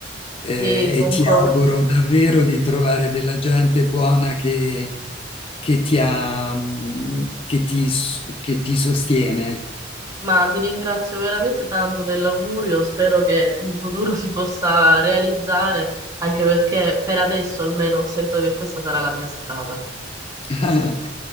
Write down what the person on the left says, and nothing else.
eh,
e ti auguro davvero di trovare della gente buona che, che ti ha, mh, che ti, s- che ti sostiene.
<laughs>